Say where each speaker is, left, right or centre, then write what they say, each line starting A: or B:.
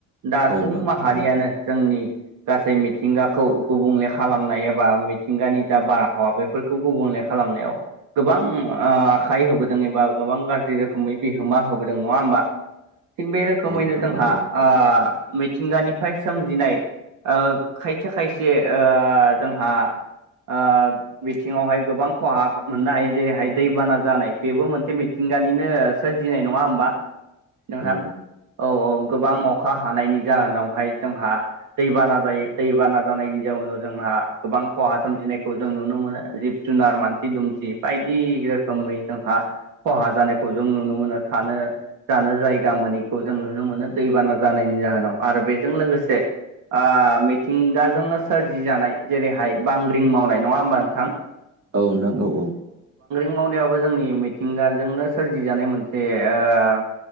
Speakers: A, on the right; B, on the right.
A: दा
B: औ
A: सुबुं
B: नोंथां
A: माहारियानो
B: औ
A: जोंनि गासै मिथिंगाखौ गुबुंले खालामनाय एबा मिथिंगानि जा बारहावा बेफोरखौ गुबुंले नाय खालामनायाव गोबां ओ आखाइ होबोदों एबा गोबां गारजि रोख खोमै बिहोमा होबोदों। नङा होमबा? थिग बे रोखोमैनो
B: औ नोंथां
A: जोंहा
B: औ
A: आ मिथिंगानिफ्राय सोमजिनाय ओ खायसे खायसे ओ जोंहा आ बिथिङावहाय गोबां खहा मोननो हायो जेरैहाय दैबाना जानाय बेबो मोनसे मिथिं गानिनो सोरजिनाय नङा होमबा? नोंथां
B: औ
A: औ औ गोबां अखा हानायनि जाहोनावहाय जोंहा दैबाना जायो। दैबाना जानायनि जाउनाव जोंहा गोबां खहा सोमजिनायखौ जों नुनो मोनो जिब जुनार मानसि दुमसि बायदि रोखोमै जोंहा खहा जानायखौ जों नुनो मोनो। थानो जानो जायगा मोनिखौ जों नुनो मोनो दैबाना जानायनि जाहोनाव आरो बे बेजों लोगोसे आ मिथिंगाजोंनो सोरजि जानाय जेरैहाय बांग्रिं मावनाय। नङा होमबा नोंथां?
B: औ नोंथां‌ औ औ।
A: मावनायावाबो जोंनि मिथिंगाजोंनो सोरजि जानाय मोनसे ओ